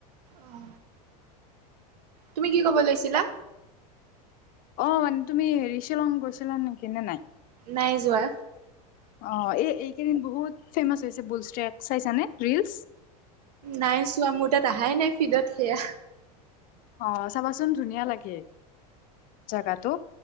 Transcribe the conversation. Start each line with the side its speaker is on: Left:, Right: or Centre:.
Right: অ তুমি কি ক'ব লৈছিলা
Left: অ মানে তুমি হেৰি শ্বিলং গৈছিলা নেকি নে নাই
Right: নাই যোৱা।
Left: অ, ' এই এইকেইদিন বহুত ফেমাচ হৈছে বুল ষ্ট্ৰেক চাইছানে ৰিলচ।
Right: নাই চোৱা মোৰ তাত অহাই নাই ফিডত সেয়া
Left: অ, চাবাচোন ধুনীয়া লাগে জাগাটো